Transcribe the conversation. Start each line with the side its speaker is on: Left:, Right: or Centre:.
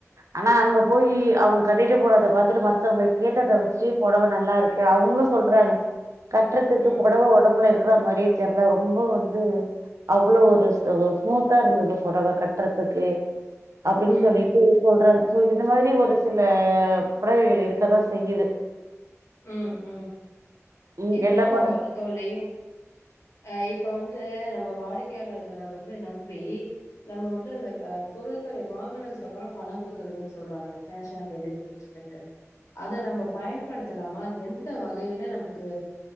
Right: ஆனா அங்க போய் அவுங்க கட்டிட்டு போறத பாத்துட்டு மத்தவுங்க கேட்டத வச்சு பொடவ நல்லாருக்கு அவு <unintelligible> சொல்றாங்க கட்றதுக்கு
Left: ம்
Right: பொடவ ஒடம்புல இருக்குறா மாரியே தெர்ல ரொம்ப வந்து அவ்ளோ ஒரு அவ்ளோ ஸ்மூத்தா இருந்தது பொடவ கட்றதுக்கு அப்டின்
Left: ம்
Right: சொல்லிட்டு
Left: ம்
Right: சொல்றாங்க சோ இது மாரி ஒரு சில புடவைகள் இருக்கதா செய்யிது
Left: ம் ம்
Right: ம்.
Left: இப்போ
Right: எல்லா படம்
Left: தோழி அ இப் இப்ப வந்து நம்ம வாடிக்கையாளர்கள வந்து நம்பி நம்ம வந்து அந்த க பொருட்களை வா வாங்குனதுக்கப்பறோ பணங்குடுக்கறதுன் சொல்றாங்கல்ல கேஷ் ஆன் டெலிவரின் சொல்லிட்டு அத நம்ம பயன்படுத் தலாமா அது எந்த வகையில நமக்கு